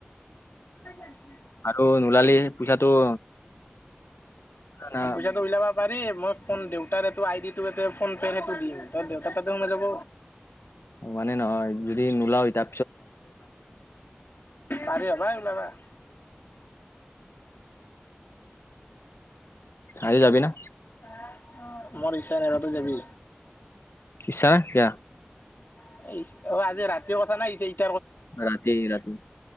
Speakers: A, on the left; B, on the left.
A: <inaudible>
B: আৰু নোলালি পইচাটো না
A: পইচা চা উইলাবা পাৰিম, মই ফোন দেউতাৰ এইটো আইডিটো এতে ফোন পে' সেটো দিম, ত' দেউতাৰ তাতে সোমে যাব।
B: মানে, নহয় যদি নোলাও ইতা
A: পাৰি হবাই ওলাবা। <inaudible>
B: আজি যাবি না?
A: <inaudible> মই ৰিচ্ছা <inaudible> যাবি।
B: ইচ্ছা নাই কিয়া
A: <inaudible> অ আজি ৰাতিৰ কথা না <inaudible> <inaudible> অ
B: ৰাতি ৰাতি